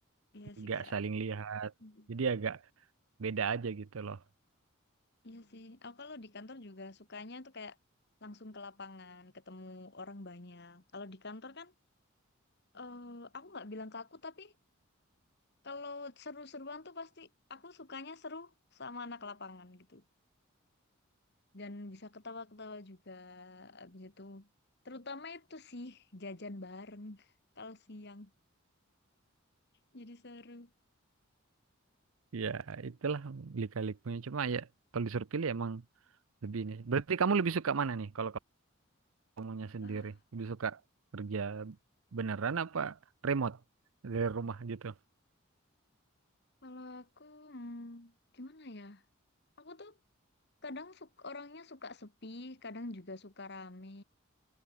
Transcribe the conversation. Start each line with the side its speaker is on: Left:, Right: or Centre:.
Left: iya sih
Right: nggak
Left: Kak.
Right: saling lihat.
Left: Mhm.
Right: Jadi agak beda aja gitu loh.
Left: Iya sih. Aku kalau di kantor juga sukanya tuh kayak langsung ke lapangan, ketemu orang banyak. Kalau di kantor kan, eh, aku nggak bilang ke aku, tapi kalau seru-seruan tuh pasti aku sukanya seru sama anak lapangan gitu. Dan bisa ketawa-ketawa juga abis itu. Terutama itu sih jajan bareng <laughs> kalau siang. Jadi seru.
Right: Ya, itulah lika-likunya. Cuma ya kalau disuruh pilih emang lebih ini. Berarti kamu lebih suka mana nih? Kalau kamunya sendiri
Left: Ah,
Right: lebih suka kerja beneran apa remote dari rumah gitu
Left: Kalau aku, hmm, gimana ya? Aku tuh Kadang suk- orangnya suka sepi, kadang juga suka rame.